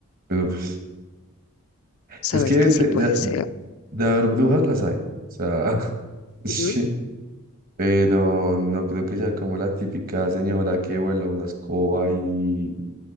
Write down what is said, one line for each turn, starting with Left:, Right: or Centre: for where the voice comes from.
Right: Pero pues,
Left: ¿Sabes
Right: es que
Left: que
Right: de,
Left: sí puede
Right: de,
Left: ser?
Right: de haber brujas las hay. O sea, <laughs> sí.
Left: Ujú.
Right: Pero no creo que sea como la típica señora que vuela una escoba y